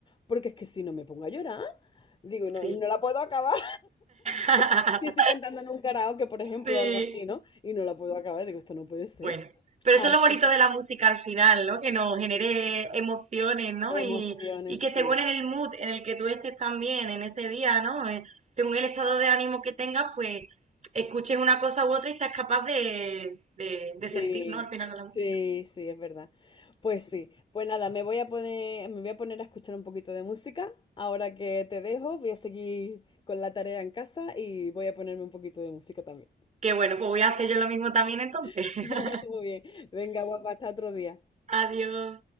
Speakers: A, on the left; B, on the right.
A: porque es que si no me pongo a llorar, digo, y no,
B: Sí.
A: y no la puedo acabar.
B: <laughs>
A: Sí, estoy cantando en un karaoke, por ejemplo,
B: Sí,
A: o algo así, ¿no? Y no la puedo acabar, digo, esto no puede ser.
B: bueno, pero
A: Así
B: eso es lo bonito
A: que-
B: de la música al final, ¿no? Que nos genere emociones, ¿no?
A: Emociones,
B: Y, y que
A: sí,
B: según en el mood en el que tú estés también en ese día, ¿no? Eh, según el estado de ánimo que tengas, pues escuches una cosa u otra y seas capaz de, de de sentir,
A: sí,
B: ¿no? Al final de la
A: sí,
B: música.
A: sí, es verdad. Pues sí, pues nada, me voy a poner, me voy a poner a escuchar un poquito de música. Ahora que te dejo, voy a seguir con la tarea en casa y voy a ponerme un poquito de música también.
B: Que bueno, pues voy a hacer yo lo mismo también entonces.
A: <laughs>
B: <laughs>
A: Muy bien, venga, guapa, hasta otro día.
B: Adiós.